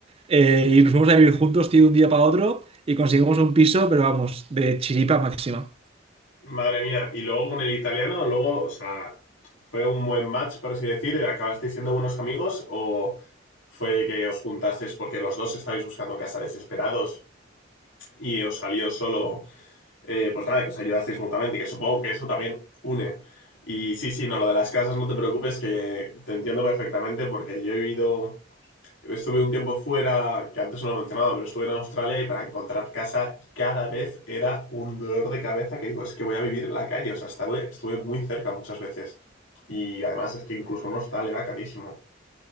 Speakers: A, on the right (about 30°); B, on the left (about 85°).
A: eh, y nos fuimos a vivir juntos, tío, de un día para otro y conseguimos un piso, pero vamos, de chiripa máxima.
B: Madre mía, y luego con el italiano, luego, o sea, ¿fue un buen match, por así decir? ¿Acabasteis siendo buenos amigos o fue que os juntasteis porque los dos estabais buscando casa desesperados y os salió solo, eh, pues nada, que os ayudasteis mutuamente, que supongo que eso también une. Y sí, sí, no, lo de las casas no te preocupes, que te entiendo perfectamente porque yo he vivido Estuve un tiempo fuera, que antes no lo he mencionado, pero estuve en Australia y para encontrar casa cada vez era un dolor de cabeza que digo, es que voy a vivir en la calle, o sea, estuve, estuve muy cerca muchas veces. Y además es que incluso un hostal era carísimo.